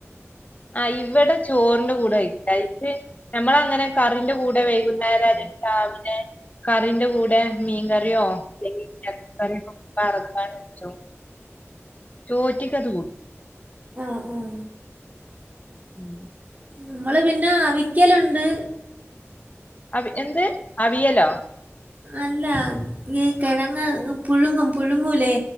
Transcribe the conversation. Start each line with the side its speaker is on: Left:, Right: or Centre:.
Left: ആ ഇവടെ ചോറിന്റെ കൂടെ <inaudible> <unintelligible> ഞമ്മളങ്ങനെ കറിന്റെ കൂടെ വൈകുന്നേരല്ലങ്കിരാവിലെ കറിന്റെ കൂടെ മീങ്കറ്യോ അല്ലെങ്കി എറെച്ചി ക്കറ്യോ വാർന്ന് വെച്ചും ചോറ്റിക്കത് കൂ
Right: ആഹ് ആഹ്
Left: ഉം
Right: നമ്മള് പിന്നെ അവിക്കല്ണ്ട്
Left: അവ് എന്ത് അവിയലോ?
Right: അല്ല ഈ കെഴങ്ങ് പുഴുങ്ങും പുഴുങ്ങൂലേ